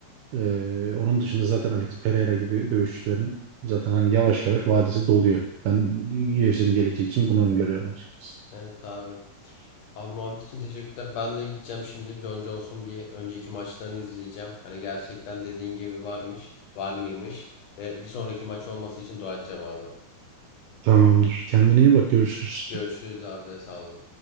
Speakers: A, on the right; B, on the left.
A: Ee, onun dışında zaten Alex Pereira gibi dövüşçülerin zaten hani yavaş yavaş vadesi doluyor. Ben UFC'nin geleceği için bunu öngörüyorum açıkçası.
B: Evet abi. Abi muhabbet için teşekkürler. Ben de gideceğim şimdi. John Jones'un bir önceki maçlarını izleyeceğim. Hani gerçekten dediğin gibi varmış, var mıymış. Ve bir sonraki maç olması için dua edeceğim abi.
A: Tamamdır. Kendine iyi bak. Görüşürüz.
B: Görüşürüz abi. Sağ ol.